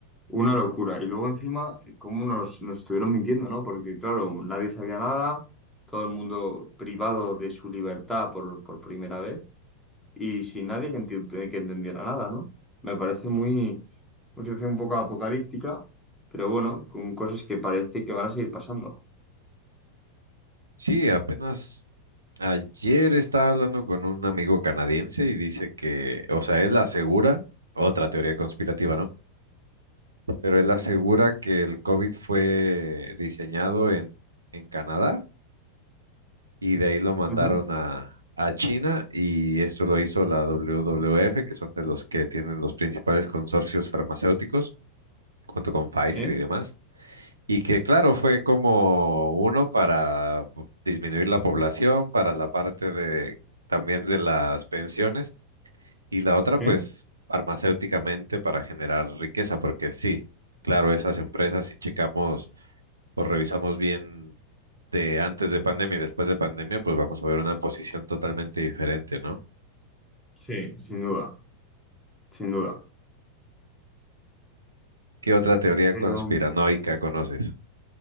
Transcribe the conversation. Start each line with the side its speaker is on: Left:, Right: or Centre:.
Centre: Una locura. Y luego encima, cómo nos, nos estuvieron mintiendo, ¿no? Porque claro, nadie sabía nada, todo el mundo privado de su libertad por, por primera vez y sin nadie que, enti- que entendiera nada, ¿no? Me parece muy, una situación un poco apocalíptica, pero bueno, con cosas que parece que van a seguir pasando.
Right: Sí, apenas ayer estaba hablando con un amigo canadiense y dice que, o sea, él asegura, otra teoría conspirativa, ¿no? Pero él asegura que el COVID fue diseñado en, en Canadá y de ahí lo mandaron
Centre: Ujú.
Right: a, a China y esto lo hizo la WWF, que son de los que tienen los principales consorcios farmacéuticos, junto con Pfizer
Centre: Sí,
Right: y demás. Y que claro, fue como uno para disminuir la población, para la parte de también de las pensiones, y la otra
Centre: sí,
Right: pues farmacéuticamente para generar riqueza, porque sí, claro, esas empresas si checamos o revisamos bien de antes de pandemia y después de pandemia, pues vamos a ver una posición totalmente diferente, ¿no?
Centre: sí, sin duda, sin duda.
Right: ¿Qué otra teoría
Centre: Pero
Right: conspiranoica conoces?